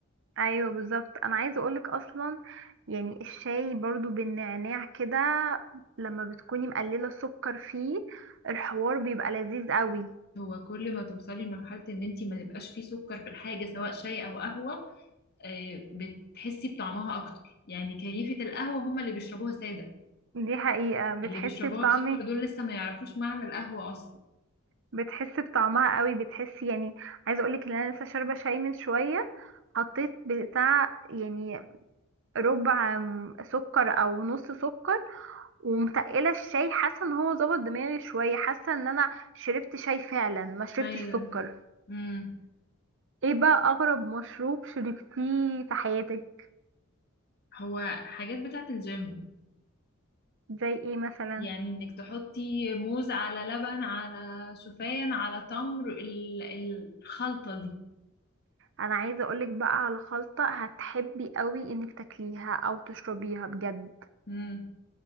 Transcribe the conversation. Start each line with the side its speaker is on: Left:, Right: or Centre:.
Right: ايوه بالظبط انا عايزة اقولك اصلا يعني الشاي برضو بالنعناع كده لما بتكوني مقللة السكر فيه الحوار بيبقى لذيذ قوي
Left: هو كل ما توصلي لمرحلة ان انت ما يبقاش فيه سكر في الحاجة سواء شاي او قهوة آه، بتحسي بطعمها اكتر يعني كيفة القهوة هم اللي بيشربوها سادة
Right: دي حقيقة بتحسي
Left: اللي بيشربوها
Right: بطعمي
Left: بسكر دول لسه ما يعرفوش معنى القهوة اصلا
Right: بتحسي بطعمها قوي بتحسي يعني عايزة اقولك ان انا لسه شاربة شاي من شوية حطيت بتاع يعني ربع م- سكر او نص سكر ومتقلة الشاي حاسة ان هو ظبط دماغي شوية حاسة ان انا شربت شاي فعلا ما شربتش
Left: ايوه
Right: سكر
Left: امم
Right: ايه بقى اغرب مشروب شربتيه في حياتك
Left: هو حاجات بتاعت الجيم
Right: زي ايه مثلا
Left: يعني انك تحطي موز على لبن على شوفان على تمر ال- الخلطة دي
Right: انا عايزة اقولك بقى على خلطة هتحبي قوي انك تاكليها او تشربيها بجد
Left: امم